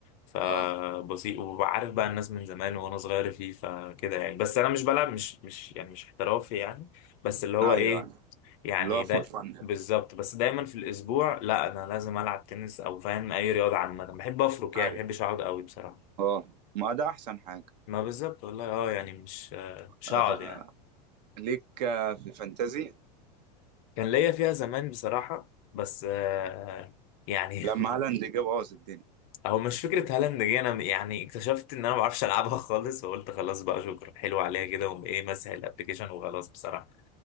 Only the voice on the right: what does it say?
اه
ايوه
اللي هو فور
فن
ايوه
اه ما ده احسن حاجة
آه.
ليك آه، في الفانتازي
لما هالاند جه بوظ الدنيا